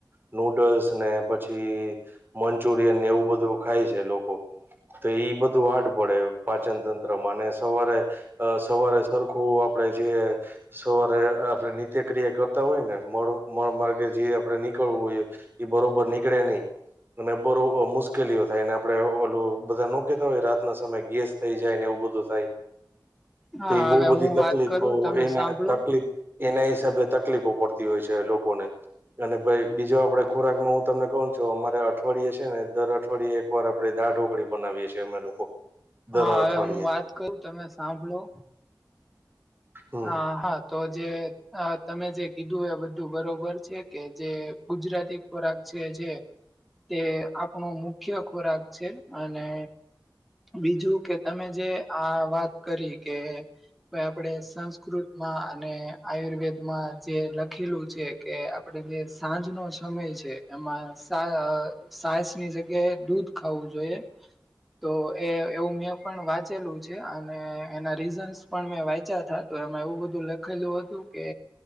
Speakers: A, on the right; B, in the centre.
A: નૂડલ્સ ને પછી. મંચુરિયન એવું બધું. ખાય છે લોકો તો ઈ બધું હાર્ડ પડે પાચન તંત્રમાં અને સવારે અ સવારે સરખું આપડે જે સવારે આપણે નિત્યક્રિયા કર. હોય ને મો માર્ગે જે આપડે નીકળવું હોઈ એ બરોબર નીકળે નહીં. અને બો મુશ્કેલીઓ થાયને આપડે ઓલું બધા ન કતા હોય રાતના સમયે ગેસ. થઈ જાય ને એવું બધું થાય
B: હા
A: તો એ બહુ
B: હવે
A: બધી
B: હું
A: તકલીફ
B: વાત કરું તમે
A: એના
B: સાંભળો
A: તકલીફ. એના હિસાબે તકલીફો પડતી હોય છે લોકોને. અને પાઈ બીજો આપડે ખોરાક માં હું તમને કોણ છું અમારે અઠવાડિયે છે ને દર અઠવાડિે એક વાર આપણે દાળ ઢોકળી બનાવીએ છીએ અમે લોકો. દર
B: હા
A: અઠવાડિયે
B: હવે હું વાત કરું તમે સાંભળો.
A: હમ
B: હ હા તો જે અ તમે જે કીધું એ બધું બરોબર છે કે જે. ગુજરાતી ખોરાક છે જે. તે આપણો મુખ્ય ખોરાક છે અને બીજું કે તમે જે આ વાત કરી કે આપડે સંસ્કૃતમાં અને આયુર્વેદમાં જે લખેલું છે કે. આપણે જે સાંજ નો સમય છે એમાં સા સાજની જગ્યાએ દૂધ. ખાવું જોઈએ. તો એ એવું મેં પણ વાંચેલું છે અને એના રીઝન્સ પણ મેં વાંચ્યા હતા. તો એમાં એવું બધું લખેલું હતું કે.